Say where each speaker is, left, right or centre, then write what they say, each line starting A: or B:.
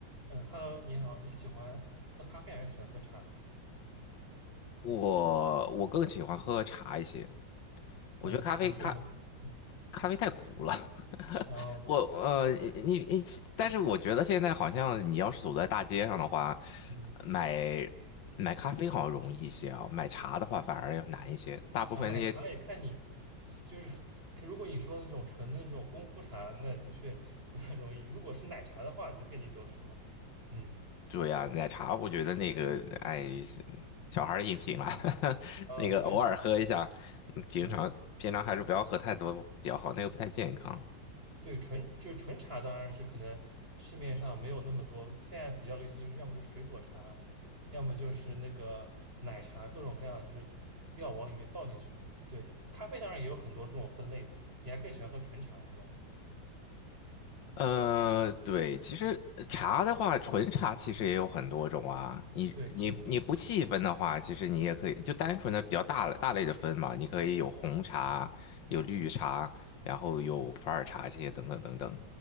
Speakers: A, on the right (about 30°); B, on the left (about 70°).
A: 嗯，Hello，你好，你喜欢喝咖啡还是喜欢喝茶？
B: 我我更喜欢喝茶一些，我觉得咖啡咖
A: 嗯，比如说有什么推，嗯，
B: 咖啡太苦了。<laughs>
A: 然后
B: 我呃，你你，但是我觉得现在好像你要是走在大街上的话，
A: 嗯，
B: 买买咖啡好像容易一些啊，买茶的话反而要难一些。大部分那些
A: 然后买茶也看你，就是看如果你说那种纯的那种功夫茶，那的确不太容易；如果是奶茶的话，就遍地都是嘛。嗯，
B: 对呀、奶茶我觉得那个哎，小孩儿的饮品啊，<laughs>
A: 啊，
B: 那个偶尔喝一下，
A: 对，
B: 嗯平常平常还是不要喝太多比较好，
A: 嗯，
B: 那个不太健康。
A: 对，纯就是纯茶当然是可能市面上没有那么多，现在比较流行就是要么就是水果茶，要么就是那个奶茶，各种各样的就是料往里面倒进去的。对，咖啡当然也有很多这种分类的，你还更喜欢喝纯茶是吧？
B: 呃，对，其实呃茶的话，纯茶其实也有很多种啊。
A: 嗯，
B: 你你你不细分的话，
A: 对，是的，
B: 其实你也可以就单纯的比较大类大类的分嘛。你可以有红茶，有绿茶，然后有普洱茶这些等等等等。